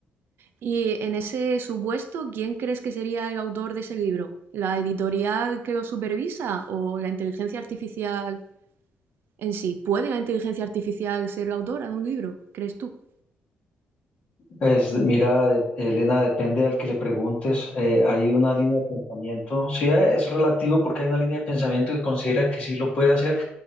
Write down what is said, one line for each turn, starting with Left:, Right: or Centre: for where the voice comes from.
Right: Y en ese supuesto, ¿quién crees que sería el autor de ese libro? ¿La editorial que lo supervisa o la inteligencia artificial en sí? ¿Puede la inteligencia artificial ser la autora de un libro? ¿Crees tú?
Left: Es, mira, eh, Elena, depende al que le preguntes. eh, hay una línea de pensamiento. Sí, eh, es relativo porque hay una línea de pensamiento que considera que sí lo puede hacer